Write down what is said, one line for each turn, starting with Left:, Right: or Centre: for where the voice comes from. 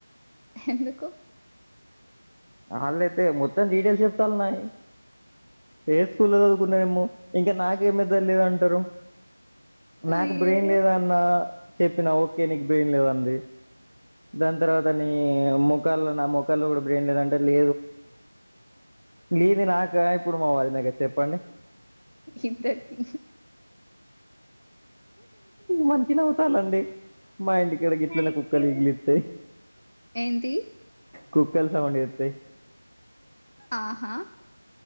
Left: ఎందుకు
Right: ఆళ్ళయితే మొత్తం డీటెయిల్స్ చెప్తాలు నాయి ఏ స్కూల్లో చదువుకు న్నామో ఇంకా నాకేమీ తెలీదు అంటారు నాకు
Left: అయ్యో!
Right: బ్రెయిన్ లేదన్న చెప్పినా ఓకే నీకు బ్రెయిన్ లేదంది దాని తర్వాత నీ ముఖల్లో నా ముఖల్లో కూడా బ్రెయిన్ లే పెళ్లి లేదా నాక మా వదినకా నాక చెప్పండి
Left: ఇంతకి
Right: మంచిగా నవ్వుతాలండి మా ఇంటికాడ గిట్లనే
Left: థ్యాంక్
Right: కుక్క
Left: యూ.
Right: ఇగిలిత్తాయి
Left: ఏంటి?
Right: కుక్కలు సౌండ్ చేతాయి
Left: ఆహా